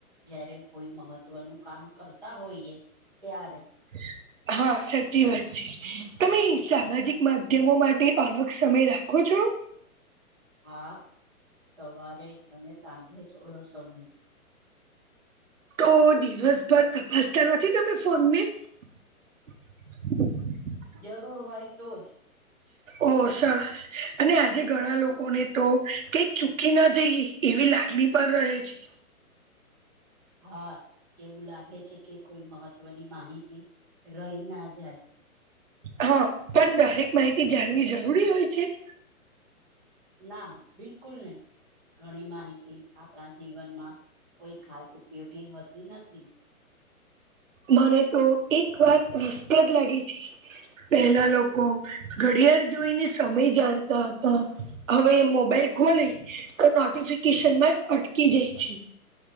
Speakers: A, in the centre; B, on the right (about 60°).
A: જયારે કોઈ મહત્વનું કામ કરતા હોઈએ ત્યારે-
B: હ <inaudible> હા સાચી વાત છે તમે સામાજિક માધ્યમો માટે અલગ સમય રાખો છો?
A: હા સવારે અને સાંજે થોડો સમય-
B: તો દિવસભર તપાસતા નથી તમે ફોનને- <inaudible>
A: જરૂર હોય તો જ-
B: ઓ સરસ - <inaudible> <inaudible> અને આજે ઘણા લોકોને તો કઈક ચૂકી ના જઈ એવી લાગણી પણ રહે છે.
A: હા એવું લાગે છે કે કોઈ મહત્વની માહિતી રહી ના જાય-
B: હા, પણ દરેક માહિતી જાણવી જરૂરી હોય છે.
A: ના, બિલકુલ નહીં. ઘણી માહિતી આપણા જીવનમાં કોઈ ખાસ ઉપયોગી હોતી નથી.
B: મને તો એક વાત રસપ્રદ લાગે છે. પેલા લોકો ઘડિયાળ જોઈને સમય જાણતા હતા. હવે મોબાઈલ ખોલી તો નોટિફિકેશનમાં જ અટકી જાય છે.